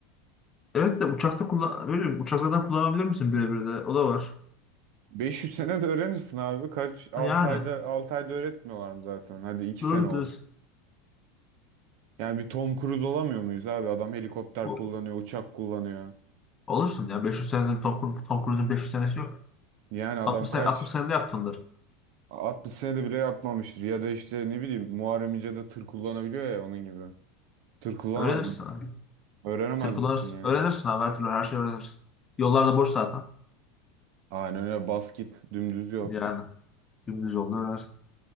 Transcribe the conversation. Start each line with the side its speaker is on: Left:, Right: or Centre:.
Left: evet de uçakta kullan öyle mi? Uçak zaten kullanabilir misin birebir de? O da var.
Right: 500 sene de öğrenirsin abi. Kaç 6
Left: Ha Yani.
Right: ayda 6 ayda öğretmiyorlar mı zaten? Hadi 2
Left: Doğru
Right: sene olsun.
Left: diyorsun.
Right: Yani bir Tom Cruise olamıyor muyuz abi? Adam helikopter
Left: O-
Right: kullanıyor, uçak kullanıyor.
Left: Olursun ya. 500 senede Tom, Cru- Tom Cruise'un 500 senesi yok.
Right: Yani adam
Left: 60 sene,
Right: kaç
Left: 60 senede yaptındır
Right: 60 senede bile yapmamıştır. Ya da işte ne bileyim Muharrem İnce de tır kullanabiliyor ya onun gibi. Tır kullan
Left: onları. Öğrenirsin.
Right: öğrenemez
Left: Tırkularsın.
Right: misin yani?
Left: Öğrenirsin abi her türlü her şeyi öğrenirsin. Yollarda boş zaten.
Right: Aynen öyle basket dümdüz yol.
Left: Yani dümdüz yolda öğrenirsin.